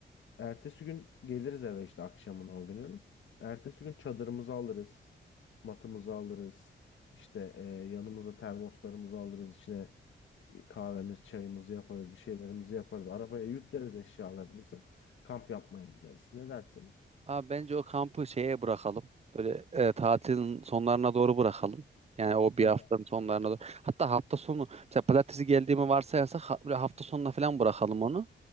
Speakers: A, on the left; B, on the right.
A: Ertesi gün geliriz eve işte akşamın o günün. Ertesi gün çadırımızı alırız. Matımızı alırız. İşte e, yanımızda termoslarımızı alırız. İçine e, kahvemiz, çayımızı yaparız. Bir şeylerimizi yaparız. Arabaya yükleriz eşyalarımızı. Kamp yapmaya gideriz. Ne dersin?
B: Abi bence o kampı şeye bırakalım. Böyle e, tatilin sonlarına doğru bırakalım. Yani o bir
A: <laughs>
B: haftanın sonlarına doğru. Hatta hafta sonu mesela pazartesi geldiğimi varsayarsak ha- böyle hafta sonuna falan bırakalım onu.